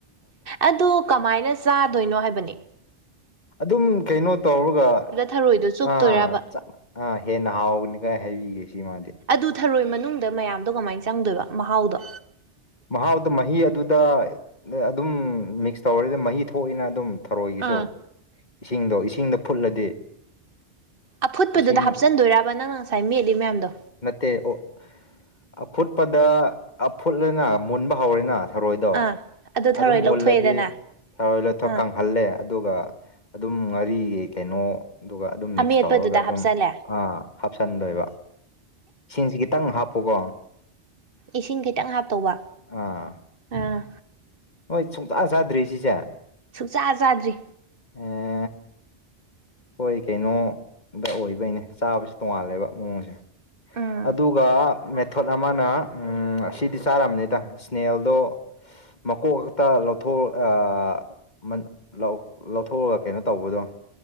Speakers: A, on the right; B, on the left.
A: ꯑꯗꯨ ꯀꯃꯥꯏꯅ ꯆꯥꯗꯣꯏꯅꯣ ꯍꯥꯏꯕꯅꯦ
B: ꯑꯗꯨꯝ ꯀꯩꯅꯣ ꯇꯧꯔꯒ
A: ꯊꯔꯣꯏꯗꯣ ꯆꯨꯞꯇꯣꯏꯔꯕ
B: ꯑꯥ ꯆꯥ ꯑꯥ ꯍꯦꯟꯅ ꯍꯥꯎꯕꯅꯤꯀꯣ ꯍꯥꯏꯕꯤꯒꯦ ꯁꯤ ꯃꯥꯗꯤ
A: ꯑꯗꯨ ꯊꯔꯣꯏ ꯃꯅꯨꯡꯗ ꯃꯌꯥꯝꯗꯣ ꯀꯃꯥꯏꯟ ꯆꯪꯗꯣꯏꯕ ꯃꯍꯥꯎꯗꯣ
B: ꯃꯍꯥꯎꯗꯣ ꯃꯍꯤ ꯑꯗꯨꯗ ꯑꯗꯨꯝ ꯃꯤꯛꯁ ꯇꯧꯔꯗꯤ ꯃꯍꯤ ꯊꯣꯛꯏꯅ ꯑꯗꯨꯝ ꯊꯔꯣꯏꯒꯤꯁꯨ
A: ꯑꯥ
B: ꯏꯁꯤꯡꯗꯣ ꯏꯁꯤꯡꯗ ꯐꯨꯠꯂꯗꯤ
A: ꯑꯐꯨꯠꯄꯗꯨꯗ
B: ꯏꯁꯤꯡ
A: ꯍꯥꯞꯆꯟꯗꯣꯏꯔꯕ ꯅꯪꯅ ꯉꯁꯥꯏ ꯃꯦꯠꯂꯤ ꯃꯌꯥꯝꯗꯣ
B: ꯅꯠꯇꯦ ꯑꯣ ꯑꯐꯨꯠꯄꯗ ꯑꯐꯨꯠꯂꯦꯅꯥ ꯃꯨꯟꯕ ꯍꯧꯔꯦꯅꯥ ꯊꯔꯣꯏꯗꯣ
A: ꯑꯥ ꯑꯗꯨ
B: ꯑꯗꯨꯝ
A: ꯊꯔꯣꯏ
B: ꯃꯨꯜꯂꯗꯤ
A: ꯂꯧꯊꯣꯛꯑꯦꯗꯅ
B: ꯊꯔꯣꯏ ꯂꯣꯏꯊꯣꯛꯀꯪ
A: ꯑꯥ
B: ꯍꯜꯂꯦ ꯑꯗꯨꯒ ꯑꯗꯨꯝ ꯉꯥꯔꯤꯒꯤ ꯀꯩꯅꯣ ꯑꯗꯨꯒ ꯑꯗꯨꯝ ꯃꯤꯛꯁ
A: ꯑꯃꯦꯠꯄꯗꯨꯗ
B: ꯇꯧꯔꯒ ꯑꯗꯨꯝ
A: ꯍꯥꯞꯆꯜꯂꯦ
B: ꯑꯥ ꯍꯥꯞꯆꯟꯗꯣꯏꯕ ꯏꯁꯤꯡꯖꯤ ꯈꯤꯇꯪ ꯍꯥꯞꯄꯨꯀꯣ
A: ꯏꯁꯤꯡ ꯈꯤꯇꯪ ꯍꯥꯞꯇꯧꯕ
B: ꯑꯥ
A: ꯑꯥ
B: ꯍꯣꯏ ꯆꯨꯡꯆꯥ ꯆꯥꯗ꯭ꯔꯤ ꯁꯤꯁꯦ
A: ꯁꯨꯛꯆꯥ ꯆꯥꯗ꯭ꯔꯤ
B: ꯑꯣ ꯍꯣꯏ ꯀꯩꯅꯣꯗ ꯑꯣꯏꯕꯩꯅꯦ ꯆꯥꯕꯖꯨ ꯇꯣꯡꯉꯥꯜꯂꯦꯕ ꯃꯑꯣꯡꯖꯦ
A: ꯎꯝ
B: ꯑꯗꯨꯒ ꯃꯦꯊꯣꯠ ꯑꯃꯅ ꯎꯝ ꯎꯝ ꯑꯁꯤꯗꯤ ꯆꯥꯔꯝꯅꯤꯗ ꯁ꯭ꯅꯦꯜꯗꯣ ꯃꯀꯣꯛ ꯈꯛꯇ ꯂꯧꯊꯣꯛ ꯑꯥ ꯃꯥ ꯂꯧ ꯂꯧꯊꯣꯛꯑꯒ ꯀꯩꯅꯣ ꯇꯧꯕꯗꯣ